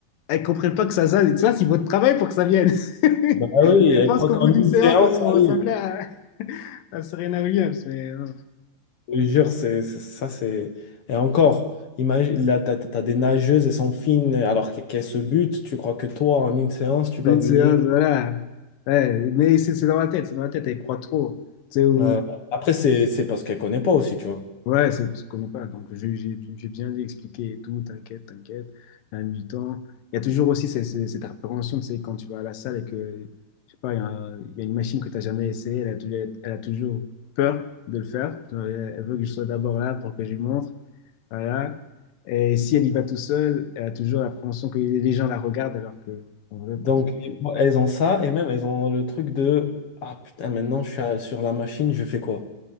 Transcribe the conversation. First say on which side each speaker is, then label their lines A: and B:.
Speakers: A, on the left; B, on the left.
A: elles comprennent pas que ça, ça, ça c'est votre travail pour que ça vienne. <laughs>
B: Bah oui,
A: Elles
B: elle
A: pensent
B: croit
A: qu'au
B: qu'en
A: bout d'une
B: une
A: séance,
B: séance,
A: elles vont
B: ça
A: ressembler
B: y
A: à à Serena Williams, mais euh,
B: Je te jure, c'est, c'est- ça, c'est. Et encore, imagine, là, t'as, t'as des nageuses, elles sont fines, alors que- qu'elles se butent. Tu crois que toi, en une séance, tu vas
A: Une
B: venir.
A: séance, voilà. Ouais, mais c'est c'est dans ma tête, c'est dans ma tête, elle croit trop. Tu sais, ou-
B: euh, Après, c'est, c'est parce qu'elles ne connaissent pas aussi, tu vois.
A: ouais, c'est parce qu'on connaît pas. Donc, je- j'ai j'ai bien dû expliquer et tout, t'inquiète, t'inquiète, il y a du temps. Il y a toujours aussi ces- ces- cette appréhension, tu sais, quand tu vas à la salle et que, je sais pas, il y a, un- il y a une machine que tu n'as jamais essayée, elle a, tou- elle a toujours peur de le faire. Genre, Elle elle veut que je sois d'abord là pour que je lui montre. Voilà. Et si elle y va tout seule, elle a toujours l'appréhension que les gens la regardent alors que, en vrai,
B: Donc,
A: personne.
B: elles ont ça, et même, elles ont le truc de Ah putain, maintenant, je suis à- sur la machine, je fais quoi?